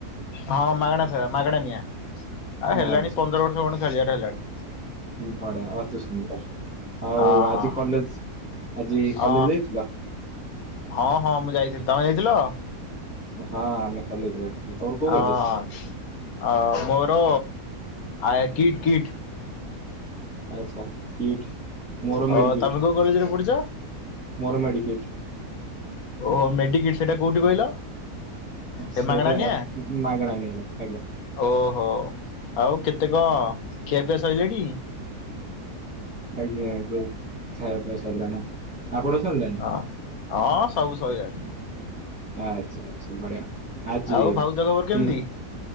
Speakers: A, on the left; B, in the centre.
A: ହଁ ମାଗଣା ଫେ ମାଗଣା ନିଆଁ ଆଉ
B: ହଁ,
A: ହେଲାଣି
B: ଆଚ୍ଛା।
A: ପନ୍ଦର ବର୍ଷ ଖଣ୍ଡେ ଖେଳିବାର ହେଲାଣି।
B: ହ ବଢିଆ ଅତି ସୁନ୍ଦର ଆଉ
A: ହଁ
B: ଆଜି
A: ହଁ।
B: କଲେଜ ଆଜି କଲେଜ
A: ଅ
B: ଯାଇଥିଲ?
A: ହଁ ହଁ ମୁଁ ଯାଇଥିଲି ତମେ ଯାଇଥିଲ?
B: ହଁ ଆମେ କଲେଜ ଯାଇଥିଲୁ। ତମର କୋଉ
A: ହଁ
B: କଲେଜ?
A: ଅ ମୋର ଆ କିଟ୍ କିଟ୍।
B: ଆଛା କିଟ୍ ମୋର
A: ଅ
B: ମେଡିକିଟ
A: ତମେ କୋଉ କଲେଜରେ ପଢୁଛ?
B: ମୋର ମେଡିକିଟ।
A: ଓ ମେଡିକିଟ ସେଟା କୋଉଠି କହିଲ? ହେ
B: ସେଇଟା
A: ମାଗଣା ନିଆ
B: ମାଗଣା ନିଆଗଲା ଆଜ୍ଞା।
A: ଓହୋ। ଆଉ କେତେ କଣ ଖିଆପିଆ ସରିଲାଣି?
B: ଆଜ୍ଞା ଆଜ୍ଞା ଖାଇବା ପିଇବା ସରିଲାଣି। ଆପଣଙ୍କ ସରିଲା?
A: ହ ହଁ ସବୁ ସରିଲାଣି।
B: ଆଚ୍ଛା ଆଚ୍ଛା ବଢିଆ ଆଜି
A: ଆଉ ଭାଉଜ ଖବର କେମିତି?
B: ତୁମେ